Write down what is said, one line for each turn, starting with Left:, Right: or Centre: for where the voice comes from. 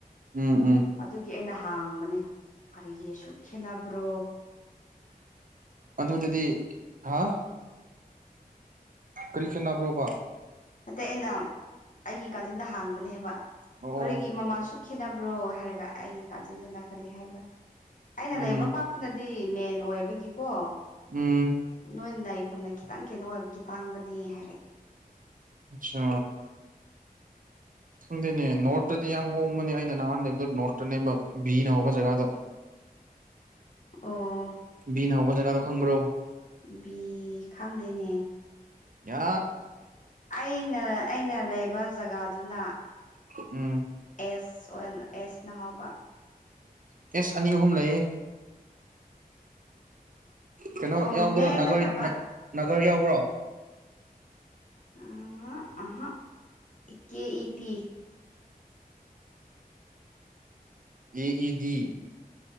Right: ꯎꯝ ꯎꯝ
Left: ꯑꯗꯨꯒꯤ ꯑꯩꯅ ꯍꯥꯡ ꯈꯅꯦ ꯀꯔꯤꯒꯤ ꯁꯁꯨꯛ ꯈꯦꯠꯅꯕ꯭ꯔꯣ
Right: ꯑꯗꯨꯗꯗꯤ ꯍꯥ ꯀꯔꯤ ꯈꯦꯠꯅꯕ꯭ꯔꯣꯕ
Left: ꯑꯇꯩ ꯑꯩꯅ ꯑꯩꯒꯤ ꯀꯥꯖꯤꯟꯗ ꯍꯥꯡꯕꯅꯦ ꯍꯥꯏꯕ
Right: ꯑꯣ
Left: ꯀꯔꯤꯒꯤ ꯃꯃꯥꯟ ꯁ ꯈꯦꯠꯅꯕ꯭ꯔꯣ ꯍꯥꯏꯔꯒ ꯑꯩꯒꯤ ꯀꯥꯖꯤꯟꯗꯨꯅ ꯀꯔꯤ ꯍꯥꯏꯕ꯭ꯔꯥ ꯑꯩꯅ
Right: ꯎꯝ
Left: ꯂꯩꯕ ꯃꯥꯛꯇꯨꯅ ꯗꯤ ꯃꯦꯟ ꯑꯣꯏꯕꯒꯤꯀꯣ
Right: ꯎꯝ
Left: ꯅꯣꯏꯅ ꯂꯥꯏꯐꯝꯅ ꯈꯤꯇꯪ ꯀꯩꯅꯣ ꯑꯣꯏꯕꯒꯤ ꯇꯥꯡꯕꯅꯦ ꯍꯥꯏꯔꯛꯏ
Right: ꯑꯆꯥ ꯈꯪꯗꯦꯅꯦ ꯅꯣꯔꯠꯇꯗꯤ ꯌꯥꯝ ꯍꯣꯡꯕꯅꯦ ꯑꯩꯅ ꯅꯍꯥꯟ ꯂꯩꯕꯗꯣ ꯅꯣꯔꯠꯇꯅꯦꯕ ꯕꯤꯅ ꯍꯧꯕ ꯖꯒꯥꯗꯣ
Left: ꯑꯣ
Right: ꯕꯤꯅ ꯍꯧꯕ ꯖꯒꯥꯗꯣ ꯈꯪꯕ꯭ꯔꯣ
Left: ꯕꯤ ꯈꯪꯗꯦꯅꯦ
Right: ꯌꯥ
Left: ꯑꯩꯅ ꯑꯩꯅ ꯂꯩꯕ ꯖꯒꯥꯗꯨꯅ
Right: ꯎꯝ
Left: ꯑꯦꯁ ꯑꯣꯏ ꯑꯦꯁ ꯅꯍꯥꯎꯕ
Right: ꯀꯦꯁ ꯑꯅꯤ ꯑꯍꯨꯝ ꯂꯩꯌꯦ ꯀꯩꯅꯣ
Left: ꯑꯣ
Right: ꯌꯥꯎꯗ꯭ꯔꯣ
Left: ꯃꯦꯟ
Right: ꯔ
Left: ꯅꯠꯇꯕ
Right: ꯅꯥꯒꯔ ꯌꯥꯎꯕ꯭ꯔꯣ
Left: ꯑ ꯑꯍ ꯀꯦꯇ
Right: ꯑꯦ ꯏꯗꯤ